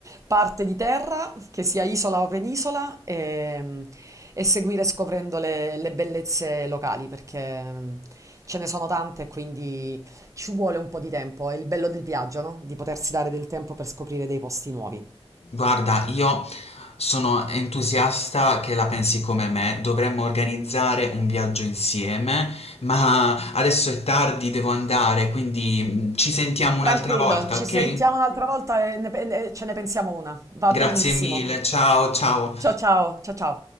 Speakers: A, on the right; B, on the left.
A: parte di terra, che sia isola o penisola, e, e seguire scoprendo le, le bellezze locali, perché mm, ce ne sono tante e quindi ci vuole un po' di tempo. È il bello del viaggio, no? Di potersi dare del tempo per scoprire dei posti nuovi.
B: Guarda, io sono entusiasta che la pensi come me, dovremmo organizzare un viaggio insieme, ma adesso è tardi, devo andare, quindi mm, ci sentiamo
A: Tranquillo,
B: un'altra volta,
A: ci
B: ok?
A: sentiamo un'altra volta e ne pe- e ne- ce ne pensiamo una. Va
B: Grazie
A: benissimo.
B: mille, ciao, ciao.
A: Ciao ciao, ciao ciao.